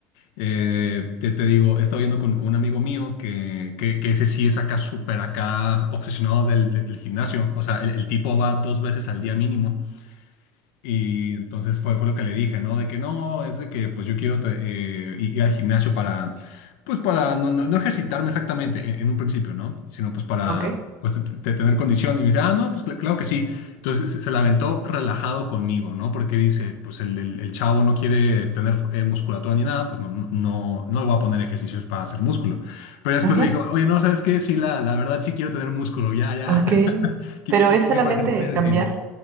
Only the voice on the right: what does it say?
ok.
ujú,
Ok.
Pero
es solamente
cambiar,